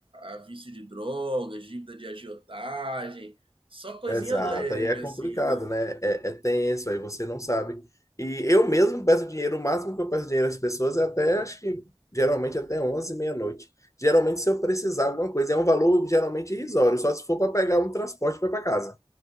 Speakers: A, on the right (about 65°); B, on the left (about 30°).
A: a- a vício de drogas, dívida de agiotagem, só coisinha
B: Exato,
A: leve,
B: aí é complicado,
A: assim, né?
B: né? É, é tenso, aí você não sabe. E eu mesmo peço dinheiro, o máximo que eu peço dinheiro às pessoas é até, acho que geralmente até 11 meia-noite. Geralmente, se eu precisar alguma coisa, é um valor geralmente irrisório, só se for para pegar um transporte para ir para casa.